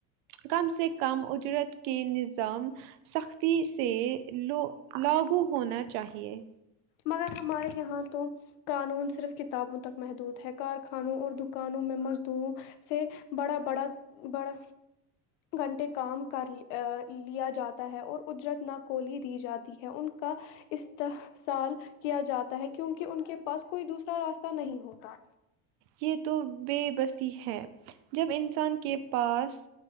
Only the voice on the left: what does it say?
مگر ہمارے یہاں تو قانون صرف کتابوں تک محدود ہے کارخانوں اور دکانوں میں مزدوروں سے بڑا بڑا بڑا گھنٹے کام کر لیا جاتا ہے اور اجرت نہ کلی دی جاتی ہے ان کا استحصال کیا جاتا ہے کیونکہ ان کے پاس کوئی دوسرا راستہ نہیں ہوتا